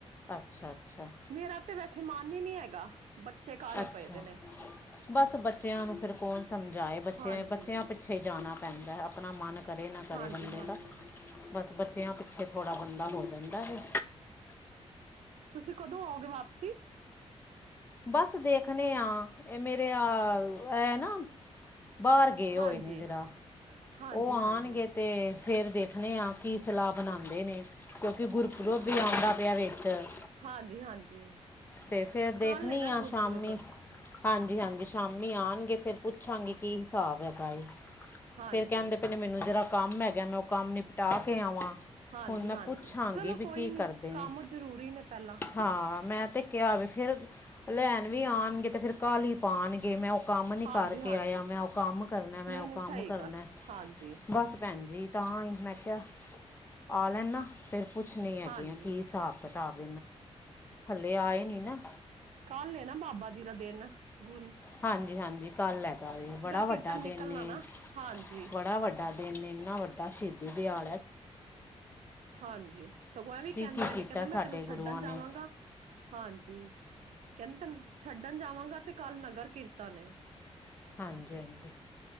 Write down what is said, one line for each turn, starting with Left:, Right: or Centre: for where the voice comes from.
Left: ਅੱਛਾ। ਅੱਛਾ
Right: ਮੇਰਾ ਤੇ ਵੈਸੇ ਮਨ ਹੀ ਨਹੀਂ ਹੈਗਾ ਬੱਚੇ। ਕਾਹਲੇ
Left: ਅੱਛਾ,
Right: ਪਏ ਦੇ ਨੇ
Left: ਬਸ ਬੱਚਿਆਂ ਨੂੰ, ਫਿਰ ਕੌਣ ਸਮਝਾਏ ਬੱਚੇ
Right: ਹਾਂਜੀ
Left: ਬੱਚਿਆਂ ਪਿੱਛੇ ਜਾਣਾ। ਪੈਂਦਾ ਪ੍, ਆਪਣਾ ਮਨ ਕਰੇ ਨਾ ਕਰੇ
Right: ਹਾਂਜੀ
Left: ਬੰਦੇ
Right: ਹਾਂਜੀ
Left: ਦਾ ਬਸ ਬੱਚਿਆਂ ਪਿੱਛੇ। ਥੋੜ੍ਹਾ ਬੰਦਾ ਹੋ ਜਾਂਦਾ ਹੈ।
Right: ਤੁਸੀਂ ਕਦੋਂ ਆਓਗੇ ਵਾਪਸੀ।
Left: ਬਸ, ਦੇਖਣੇ ਆ, ਇਹ ਮੇਰੇ ਆ। ਐ ਨਾ ਬਾਹਰ ਗਏ ਹੋਏ
Right: ਹਾਂਜੀ
Left: ਨੇ ਜਿਰਾ
Right: ਹਾਂਜੀ
Left: ਉਹ ਆਉਣਗੇ
Right: ਹਾਂਜੀ
Left: ਤੇ। ਫਿਰ ਦੇਖਣੇ ਹਾਂ ਕੀ ਸਲਾਹ ਬਣਾਉਂਦੇ ਨੇ। ਕਿਉਂਕਿ ਗੁਰਪੁਰਬ, ਆ ਵੀ
Right: ਹਾਂਜੀ
Left: ਆਉਂਦਾ ਪਿਆ ਵਿੱਚ
Right: ਹਾਂਜੀ ਹਾਂਜੀ
Left: ਤੇ ਫੇਿਰ ਦੇਖ।
Right: ਕੱਲ
Left: ਣੀ
Right: ਏ ਨਾ
Left: ਹਾਂ
Right: ਗੁਰਪੁਰਬ
Left: ਸ਼ਾਮੀ ਹਾਂਜੀ ਹਾਂਜੀ ਸ਼ਾਮੀ ਆਉਣਗੇ ਫਿਰ। ਪੁੱਛਾਂਗੇ ਕੀ ਹਿਸਾਬ ਹੈਗਾਏ।
Right: ਹਾਂਜੀ
Left: ਫੇਰ ਕਹਿੰਦੇ ਪਏ ਨੇ ਮੈਨੂੰ ਜਰਾ ਕੰਮ ਹੈਗਾ ਮੈਂ ਉਹ ਕੰਮ ਨਿਪਟਾ ਕੇ ਆਵਾਂ।
Right: ਹਾਂਜੀ-ਹਾਂਜੀ
Left: ਹੁਣ ਮੈਂ ਪੁੱਛਾਂਗੀ
Right: ਚਲੋ
Left: ਵੀ
Right: ਕੋਈ
Left: ਕੀ
Right: ਨੀ
Left: ਕਰਦੇ
Right: ਕੰਮ
Left: ਨੇ
Right: ਜਰੂਰੀ ਨੇ ਪਹਿਲਾ।
Left: ਹਾਂ ਮੈਂ ਤੇ ਕਿਆ ਆਵੇ ਫੇਰ ਲੈਣ। ਵੀ ਆਉਣਗੇ ਤੇ ਫੇਰ ਉਹ ਕਾਲੀ ਪਾਣਗੇ ਮੈਂ ਉਹ ਕੰਮ ਨੀ
Right: ਹਾਂਜੀ
Left: ਕਰਕੇ
Right: ਹਾਂਜੀ
Left: ਆਇਆ ਮੈਂ ਉਹ ਕੰਮ ਕਰਨਾ ਮੈਂ
Right: ਨਹੀਂ
Left: ਉਹ
Right: ਨਹੀਂ
Left: ਕੰਮ।
Right: ਸਹੀ
Left: ਕਰਨਾ
Right: ਗੱਲ ਹਾਂਜ।
Left: ਬਸ ਭੈਣ ਜੀ। ਤਾਂ ਹੀ ਮੈਂ ਕਿਹਾ ਆ ਲੈਣ ਨਾ ਫਿਰ ਪੁਛ ਨਹੀਂ ਹੈਗੀਆਂ
Right: ਹਾਂਜੀ
Left: ਆ ਕੀ ਹਿਸਾਬ ਕਿਤਾਬ। ਹਲੇੇ ਆਏ ਨੀ ਨਾ।
Right: ਕੱਲ ਨੇ ਨਾ ਬਾਬਾ ਜੀ ਦਾ ਦਿਨ ਗੁਣ।
Left: ਹਾਂਜੀ-ਹਾਂਜੀ ਕੱਲ ਲੈਗਾ ਵੇ ਬੜਾ ਵੱਡਾ
Right: ਕੀਰਤਨ ਨਿਕਲਣਾ
Left: ਦਿਨ ਏ
Right: ਨਾ ਹਾਂਜੀ
Left: ਬੜਾ ਵੱਡਾ। ਇਨਾ ਵੱਡਾ ਸ਼ਹੀਦੀ ਦਿਆ।
Right: ਹਾਂਜੀ ਸਗੋਂ ਐ ਵੀ
Left: ਕੀ
Right: ਕਹਿੰਦੇ
Left: ਕੀ
Right: ਮ
Left: ਕੀਤਾ
Right: ਨੇ ਕਹਿੰਦੇ ਮੈਂ
Left: ਸਾਡੇ
Right: ਤੈਨੂੰ
Left: ਗੁਰੂਆਂ
Right: ਛੱਡਣ ਜਾਵਾਂਗਾ।
Left: ਨੇ
Right: ਹਾਂਜੀ ਕਹਿੰਦੇ ਤੈਨੂੰ ਛੱਡਣ ਜਾਵਾਂਗਾ ਤੇ ਕੱਲ ਨਗਰ ਕੀਰਤਨ ਨੇ।
Left: ਹਾਂਜੀ-ਹਾਂਜੀ ਦੇਖ।